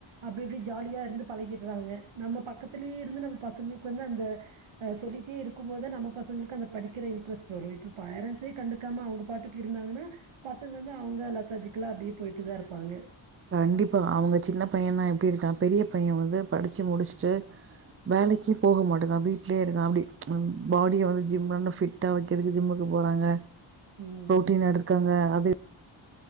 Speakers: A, on the right; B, on the right.
A: அப்டி இப்டி ஜாலியாக இருந்து பழகிறாங்க நம்ம பக்கத்துலயே இருந்து நம்ம பசங்களுக்கு வந்து அந்த சொல்லிட்டே இருக்கும் போது நம்ம பசங்களுக்கு அந்த படிக்கிற இன்ட்ரெஸ்ட் வரும் இப்ப பேரண்ட்ஸே கண்டுக்காம அவங்க பாட்டுக்கு இருந்தாங்கன்னா பசங்க வந்து அவங்க லெத்தாஜிக்கலா அப்டியே போய்ட்டு தா இருப்பாங்க
B: கண்டிப்பா அவங்க சின்ன பையன்னா எப்டி இருக்கா பெரிய பைய வந்து படிச்சு முடிச்சுட்டு வேலைக்கு போக மாட்டேங்குறா வீட்லய இருக்கா அப்டி ஃபாடிய வந்து ஜிம்ல ஃபிட்டா வைக்கிறதுக்கு ஜிம்முக்கு போறாங்க
A: ம்.
B: பு்ரோட்டீன் எடுத்துக்காங்க அது